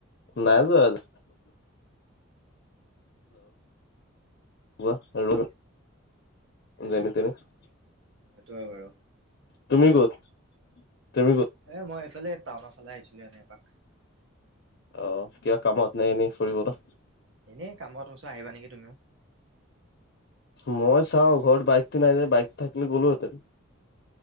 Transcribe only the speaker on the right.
সেইটোৱে বাৰু।
এ মই এইফালে টাউনৰ ফালে আহিছিলোঁ এনে এপাক।
এনেই কামত আছোঁ আহিবা নেকি তুমিও।